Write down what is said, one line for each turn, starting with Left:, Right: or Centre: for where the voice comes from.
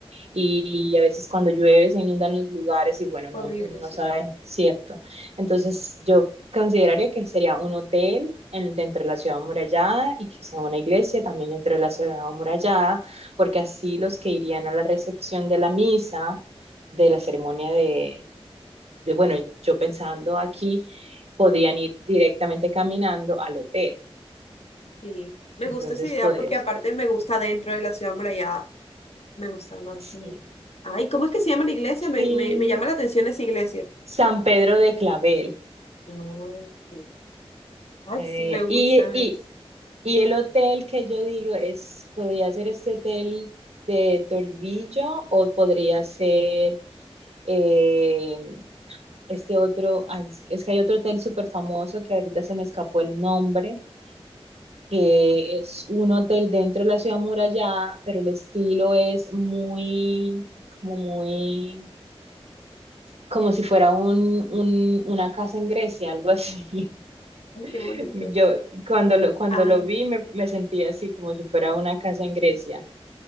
Right: y a veces cuando llueve se inundan los lugares y bueno,
Left: horrible,
Right: no, uno no
Left: sí.
Right: sabe, cierto. Entonces yo consideraría que sería un hotel en- dentro de la ciudad amurallada y que sea una iglesia también dentro de la ciudad amurallada, porque así los que irían a la recepción de la misa, de la ceremonia de, de bueno, yo pensando aquí, podrían ir directamente caminando al hotel.
Left: Sí, me
Right: Entonces
Left: gusta esa idea
Right: podrías...
Left: porque aparte me gusta dentro de la ciudad muralla. Me gusta más,
Right: Sí.
Left: sí. Ay, ¿cómo es que se llama la iglesia?
Right: Sí.
Left: Me, me, me llama la atención esa iglesia.
Right: San Pedro de Clavel.
Left: Ah, ok. Ay,
Right: Eh,
Left: sí, me gusta.
Right: y,
Left: me gusta.
Right: Y el hotel que yo digo es, podría ser este hotel de Toribillo o podría ser eh, este otro, ay, es que es que hay otro hotel súper famoso que ahorita se me escapó el nombre, que es un hotel dentro de la ciudad muralla pero el estilo es muy, como muy, como si fuera un, un- una casa en Grecia, algo así.
Left: Ay, qué
Right: <laughs>
Left: bonito.
Right: Yo cuando lo, cuando
Left: Ah.
Right: lo vi me, me sentí así, como si fuera una casa en Grecia.